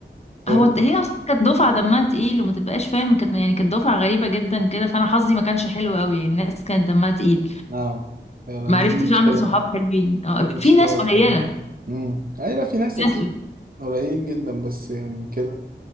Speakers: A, on the right (about 50°); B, on the left (about 35°).
A: فأنت
B: هو د- هي اصلا كانت دفعه دمها تقيل وما تبقاش فاهم كانت يعني كانت دفعه غريبه جدا كده فانا حظي ما كانش حلو قوي يعني الناس كانت دمها تقيل
A: اه فعلا
B: ما
A: دي
B: عرفتش
A: دي مشكلة
B: اعمل صحاب حلوين آه،
A: دي
B: في
A: مشكلة
B: ناس قليله
A: بصراحة امم أيوة في ناس
B: ناس
A: أكيد قليلين جدا بس يعني كده